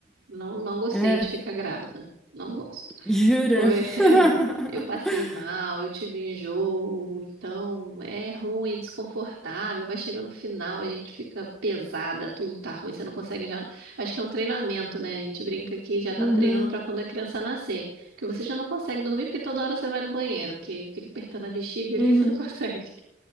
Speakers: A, on the right; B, in the centre.
A: Não, não gostei
B: é,
A: de ficar grávida. Não gosto.
B: jura?
A: Foi,
B: <laughs>
A: <laughs> eu passei mal, eu tive enjoo, então é ruim, é desconfortável, vai chegando no final, a gente fica pesada, tudo tá ruim, você não consegue já. Acho que é um treinamento, né? A gente brinca que já tá
B: Uhum.
A: treinando pra quando a criança nascer, que você já não consegue dormir porque toda hora você vai no banheiro, porque fica apertando a bexiga ali,
B: Uhum,
A: você não <laughs> consegue.